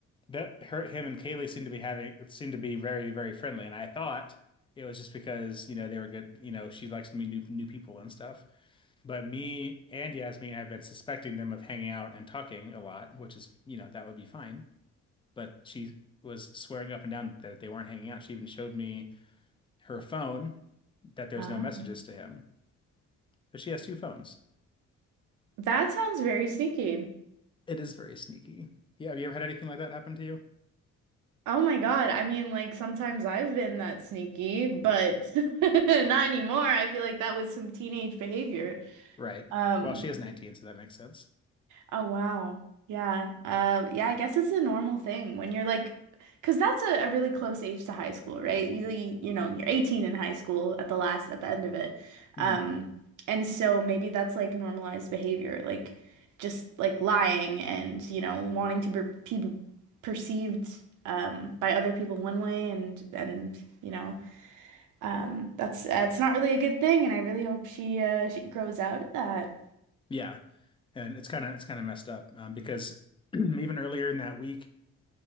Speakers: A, on the left (about 15°); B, on the right (about 80°).
A: that her, him and Kaylee seem to be having seem to be very, very friendly. And I thought it was just because, you know, they were good, you know, she likes to meet new new people and stuff. But me and Yasmin have been suspecting them of hanging out and talking a lot, which is, you know, that would be fine. But she was swearing up and down that they weren't hanging out. She even showed me her phone that there's
B: Ah.
A: no messages to him. But she has two phones.
B: That sounds very sneaky.
A: It is very sneaky. Yeah, have you ever had anything like that happen to you?
B: Oh my God. I mean, like sometimes I've been that sneaky, but <laughs> not anymore. I feel like that was some teenage behavior.
A: Right.
B: Um,
A: Well, she is 19, so that makes sense.
B: Oh wow. Yeah. Uh yeah, I guess it's a normal thing when you're like because that's a, a really close age to high school, right? Usually, you know, you're 18 in high school at the last at the end of it.
A: hmm
B: Um and so maybe that's like normalized behavior, like just like lying and, you know, wanting to be, be perceived um by other people one way and and you know, um that's uh, it's not really a good thing and I really hope she uh she grows out of that.
A: Yeah, and it's kind of it's kind of messed up um, because <clears throat> even earlier in that week,